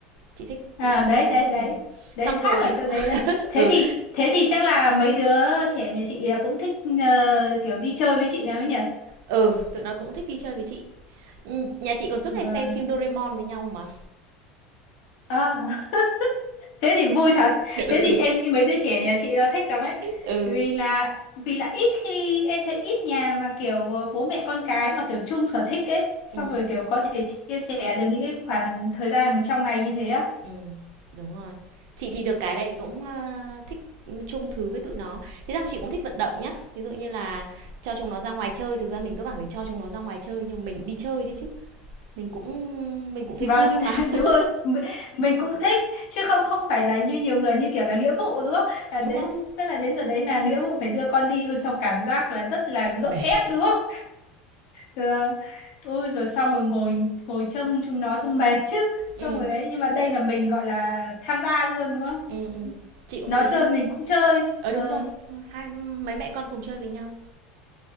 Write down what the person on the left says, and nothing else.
À
đấy
đấy
đấy.
Đấy
khác
ở chỗ đấy đấy. Thế
thì thế thì chắc là mấy đứa trẻ nhà chị à, cũng thích ờ, kiểu đi chơi với chị nào ấy nhỉ?
Vâng.
À. thế thì vui thật
thế thì em nghĩ mấy đứa trẻ nhà chị nó thích lắm ấy
vì là vì là ít khi em thấy ít nhà mà kiểu ờ, bố mẹ con cái mà kiểu chung sở thích ấy xong
rồi kiểu có thể chia sẻ được những cái khoảng thời gian mà trong ngày như thế á
vâng
<laughs>
đúng rồi M- mình cũng thích chứ không không phải là như nhiều người như kiểu là nghĩa vụ đúng không à,
đến
tức là đến giờ đấy là nghĩa vụ phải đưa con đi Ôi, xong cảm giác là rất là gượng
ép đúng không Thế là, rồi xong rồi ngồi ngồi trông chúng nó xong mệt chứ
xong rồi đấy nhưng mà đây là mình gọi là tham gia luôn đúng không
nó
chơi mình cũng chơi
ờ